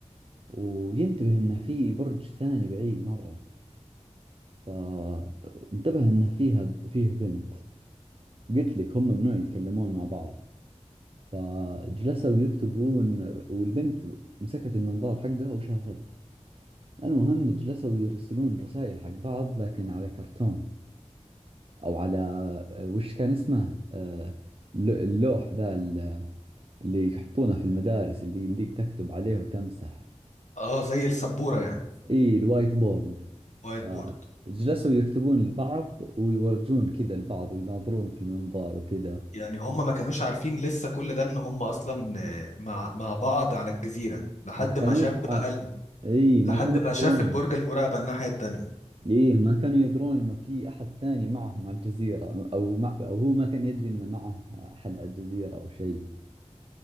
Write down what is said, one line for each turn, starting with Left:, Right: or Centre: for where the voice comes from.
Right: وينتبه انه في برج ثاني بعيد مرة فانتبه انه فيها فيه بنت قلت لك هم ممنوع يتكلمون مع بعض فجلسوا يكتبون والبنت مسكت المنظار حقها وشافته المهم جلسوا يرسلون رسائل حق بعض لكن على كرتون او على آه، وش كان اسمه آه، ل- اللوح ذا ال- اللي يحطونه في المدارس اللي يمديك تكتب عليه وتمسح
Left: اه زي السبوره يعني
Right: اي الوايت بورد
Left: وايت
Right: آه،
Left: بورد
Right: جلسوا يكتبون لبعض ويورجون كذا لبعض ويناظرون في المنظار وكذا
Left: يعني هم ما كانوش عارفين لسه كل ده ان هم اصلا آه، مع مع بعض على الجزيره لحد
Right: ما كانوش
Left: ما شاف
Right: ع...
Left: بقى ال-
Right: اي ما
Left: لحد
Right: كانوا
Left: ما
Right: يدرون
Left: شاف البرج المراقبه الناحيه التانيه
Right: ايه ما كانوا يدرون انه في احد ثاني معهم على الجزيرة او مع... او هو ما كان يدري انه معه احد على الجزيرة او شيء